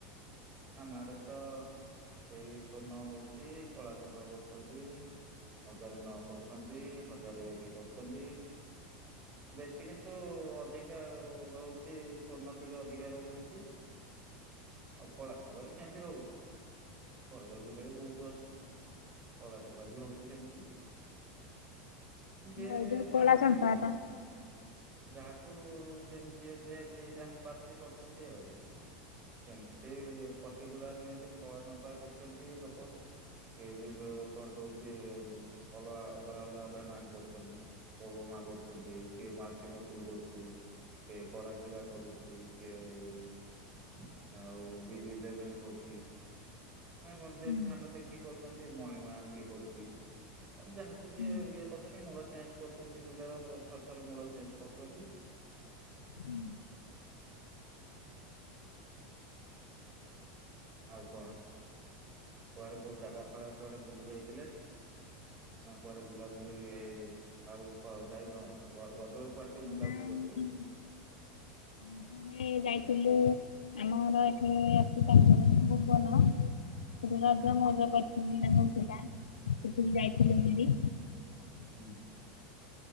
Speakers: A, on the right; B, on the left.
A: ଆମ ଆଡେ ତ ସେଇ ସ୍ୱଣ୍ଣ ହୋଉଚି କଳାଚମ୍ପା କରୁଚନ୍ତି। ହଜାରେ ନଅ କରୁଚନ୍ତି ହଜାରେ ଏକ କରୁଚନ୍ତି। ବେଶୀ କିନ୍ତୁ ଅଧିକା ରହୁଚି ସ୍ୱର୍ଣ୍ଣ ଟିକେ ଅଧିକା ରହୁଚି। କଳାଚମ୍ପା ବି ସେମିତି ରହୁଚି ଗହିର ବିଲ ବି ବହୁତୁ ଅଛି। କଳାଚମ୍ପା ବି ହଉଚି ସେମିତି। ମୁଁ ଯିଏ
B: ଏ ଯୋଉ କଳା
A: ଯାହା କୁ
B: ଚମ୍ପା
A: ଯେମି
B: ଟା।
A: ଯାହାକୁ ଯେମିତି ଯି ଯିଏ ଯିଏ ଯାହା ପାରୁଚି କରୁଚନ୍ତି ଆଉ। ଏମିତି ପଟିକୁଲାର ନୁହେଁ ଯେ କଳାଚମ୍ପା କରୁଚନ୍ତି ଲୋକ। କିଏ ବି କରିଦୋଉଚି ଅଲଗା ଅଲଗା ଅଲଗା ଧାନ ଆଣି କରୁଚନ୍ତି। ଓ ବୋ ମା ଗୋ ଛନ୍ତି କିଏ ମାଟି ମସୁରି କରୁଚି କିଏ କଳା ଜିରା କରୁଚି କିଏ ଆଉ ବି ବି ଇଲେଭେନେ କରୁଚି ଆଉ କଣ
B: ହୁଁ
A: ଯେମିତି ଧାନ ଦେଖି କରୁଚନ୍ତି ମହିମା କିଏ କରୁଚି ଆଉ ଯାହାକୁ ଯିଏ
B: ହୁଁ
A: ଇଏ କରୁଚନ୍ତି ମୂଳ ଚେଞ୍ଜ କରୁଚନ୍ତି ବିଲର ଥରେ ଥରେ ମୂଳ ଚେଞ୍ଜ କରୁଚନ୍ତି।
B: ହୁଁ।
A: ଆଉ କଣ କୁଆଡେ କୋଉ ଜାଗା ଫାଗା କୁଆଡେ ବୁଲି ଯାଇଥିଲେ? ନା କୁଆଡେ ବୁଲାବୁଲି ହେ ଆଉ କୁଆଡେ ଯାଇନ ର ରଜକୁ କୁଆଡେ ସବୁ ବୁଲାବୁଲି
B: ନାଇଁ
A: କରିଥିଲ?
B: ରଜରେ ଯାଇଥିଲୁ ଆମର ଏଠି ଅଛି ପାଖରେ ଭୂବନ। ସେଠି ରଜ
A: ହୁଁ
B: ମଉଜ କରିଚନ୍ତି ତାଙ୍କ ପିଲା ସେଠିକି
A: ହୁଁ
B: ଯାଇଥିଲୁ ବୁଲି।
A: ହୁଁ।